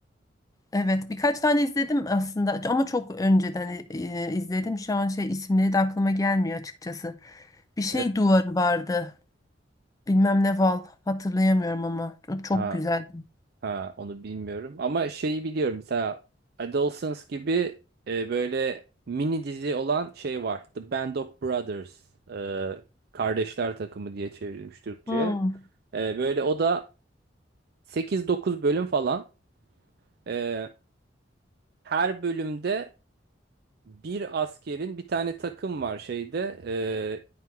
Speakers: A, on the left; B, on the right.
A: Evet, birkaç tane izledim aslında ama çok önceden e, izledim. Şu an şey isimleri de aklıma gelmiyor açıkçası. Bir şey
B: E,
A: duvarı vardı. Bilmem ne Val hatırlayamıyorum ama o çok
B: ha,
A: güzeldi.
B: Ha, onu bilmiyorum. Ama şeyi biliyorum. Mesela Adolescence gibi e, böyle mini dizi olan şey var. The Band of Brothers. e, Kardeşler Takımı diye çevrilmiş Türkçe'ye.
A: Hmm,
B: E, böyle o da sekiz dokuz bölüm falan. E, her bölümde bir askerin bir tane takım var şeyde. e,